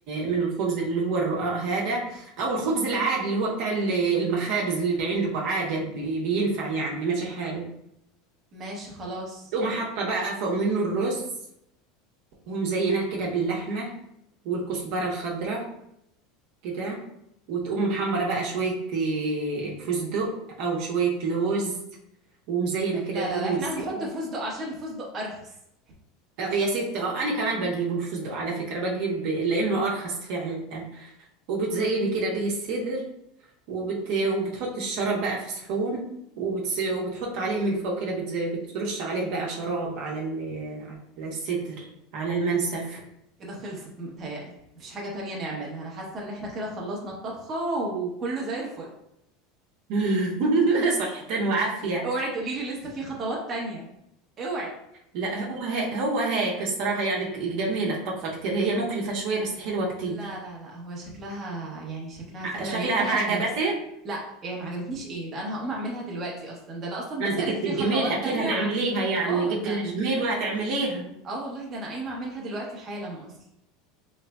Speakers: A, on the right (about 65°); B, on the right (about 30°).
A: من الخبز اللي هو الرقاق هذا او الخبز العادي اللي هو بتاع ال- المخابز اللي عندكم عادي بي- بينفع يعني ماشي حاله
B: ماشي خلاص
A: تقوم حاطة بقى فوق منه الرز ومزيناه كده باللحمة والكزبرة الخضراء كده وتقوم محمرة بقى شوية آه، فستق او شوية لوز ومزينة
B: لا
A: كده
B: لا
A: بيهم
B: لا احنا
A: الصدر
B: هنحط فستق عشان الفستق ارخص
A: آه، يا ستي اه انا كمان بجيبه الفستق على فكره بجيب لانه ارخص فعلا وبتزيني كده به الصدر وبت... وبتحط الشراب بقى في صحون وبتس... وبتحط عليه من فوق كده بت... بترش عليه بقى شراب على ال... على الصدر على المنسف
B: كده خلصت متهيألي مفيش حاجة تانية نعملها أنا حاسة إن إحنا كده خلصنا الطبخة وكله زي الفل
A: <laughs> صحة وعافية
B: اوعي تقولي لي لسه في خطوات تانية اوعي
A: لا هو ها... هو هاك الصراحة يعني ك- جميلة الطبخة كتير هي مكلفة شوية بس حلوة كتير
B: لا لا لا هو شكلها يعني شكلها فعلا
A: شكلها
B: يفتح
A: ما عجبتك
B: النفس لا إيه ما عجبتنيش إيه ده أنا هقوم أعملها دلوقتي أصلا ده أنا أصلا
A: ما
B: بسألك
A: انت جبت
B: في
A: الجميل
B: خطوات
A: اكيد
B: تانية
A: هتعمليها
B: ع-
A: يعني
B: آه
A: جبت
B: ده
A: الجميل وهتعمليها
B: آه والله ده أنا قايمة أعملها دلوقتي حالا أصلا